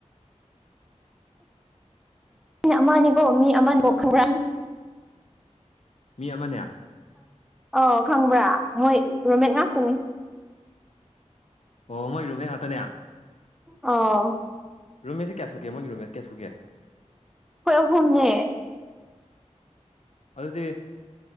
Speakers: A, in the centre; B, on the left.
A: ꯃꯤ ꯑꯃꯅꯦꯀꯣ ꯃꯤ ꯑꯃꯅꯦꯕꯣ ꯈꯪꯕ꯭ꯔꯥ
B: ꯃꯤ ꯑꯃꯅꯦ
A: ꯑꯣ ꯈꯪꯕ꯭ꯔꯥ ꯃꯣꯏ ꯔꯣꯃꯤꯠ ꯉꯥꯛꯇꯅꯤ
B: ꯑꯣ ꯃꯣꯏ ꯔꯨꯃꯦꯠ ꯉꯥꯛꯇꯅꯦ
A: ꯑꯣ
B: ꯔꯨꯝꯃꯦꯁꯦ ꯀꯌꯥꯁꯨꯒꯦ ꯃꯣꯏꯒꯤ ꯔꯨꯝꯃꯦꯠ ꯀꯌꯥꯁꯨꯒꯦ
A: ꯑꯈꯣꯏ ꯑꯍꯨꯝꯅꯦ
B: ꯑꯗꯨꯗꯤ